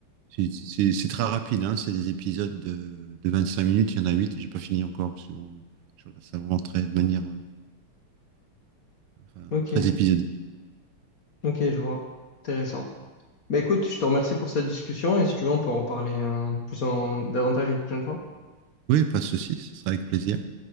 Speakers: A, on the right; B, on the left.
A: c'est- c'est- c'est très rapide, hein. C'est des épisodes de, de 25 minutes, il y en a 8 et j'ai pas fini encore, parce que bon, je regarde ça vraiment très, de manière euh, enfin,
B: ok,
A: très épisodique.
B: ok, je vois. Intéressant. Bah écoute, je te remercie pour cette discussion et si tu veux, on peut en parler hein, plus en davantage une prochaine fois.
A: Oui, pas de souci, ce sera avec plaisir.